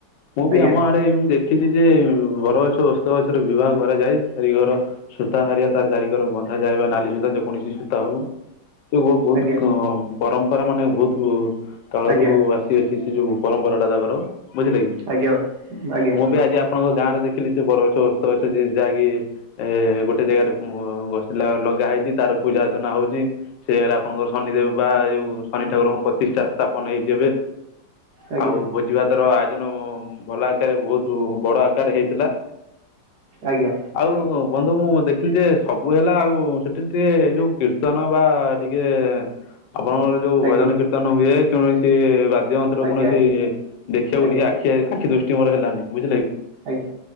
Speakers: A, on the left; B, on the right.
A: ମୁଁ ବି
B: ଆଜ୍ଞା
A: ଆମ ଆଡେ ଏମିତି ଦେଖିଛି ଯେ ବରଗଛ ଓସ୍ତ ଗଛର ବିବାହ କରାଯାଏ ଚାରି ଘର ସୁ ସୂତା ହାରିବା ତା ଚାରିକର ବନ୍ଧା ଯାଏ ବା ନାଲି ସୂତା ଯେକୌଣସି ସୂତା ହଉ ସେ ବହୁତ ବହୁତୁ
B: ଆଜ୍ଞା
A: କ ପରମ୍ପରା ମାନେ ବହୁତ କାଳରୁ
B: ଆଜ୍ଞା
A: ଆସିଅଛି ସେ ଯୋଉ ପରମ୍ପରା ଟା ତାଙ୍କର। ବୁଝିଲେ କି
B: ଆଜ୍ଞା ଆଜ୍ଞା
A: ମୁଁ ବି ଆଜି ଆପଣଙ୍କ ଗାଁ ରେ ଦେଖିଲି ସେ ବର ଗଛ ଓସ୍ତ ଗଛ ଯେ ଯାହାକି ଏ ଗୋଟେ ଜାଗାରେ ଘଷିଲା ବେଳୁ ଲଗା ହେଇଛି ତାର ପୂଜା ଅର୍ଚ୍ଚନା ହଉଛି ସେ ଜାଗାରେ ଆପଣଙ୍କର ଶନି ଦେବ ବା ଯୋଉ ଶନି ଠାକୁରଙ୍କଙ୍କୁ ପ୍ରତିଷ୍ଠା ସ୍ଥାପନ ହେଇଛି ଏବେ।
B: ଆଜ୍ଞା
A: ଆଉ ଭୋଜି ଭାତର ଆୟୋ ଜନ ହବ ଭଲ ଆକାରରେ ବହୁତ ବଡ ଆକାରରେ ହେଇଥିଲା।
B: ଆଜ୍ଞା।
A: ଆଉ ବନ୍ଧୁ ମୁ ଦେଖିଲି ଯେ ସବୁ ହେଲା ଆଉ ସେଠି ଟିକେ ଏ ଯୋଉ କୀର୍ତ୍ତନ ବା ଟିକେ ଏ ଆପଣଙ୍କର ଯୋଉ
B: ଆଜ୍ଞା
A: ଭଜନ କୀର୍ତ୍ତନ ହୁଏ କୌଣସି ବା ଦ୍ୟ ଯନ୍ତ୍ରର
B: ଆଜ୍ଞା
A: କୌଣସି ଦେଖିବାକୁ
B: ଆଜ୍ଞା
A: ଟିକେ ଆଖି ଆଖି ଦୃଷ୍ଟି ମୋର ହେଲାନି ବୁଝି
B: ଆଜ୍ଞା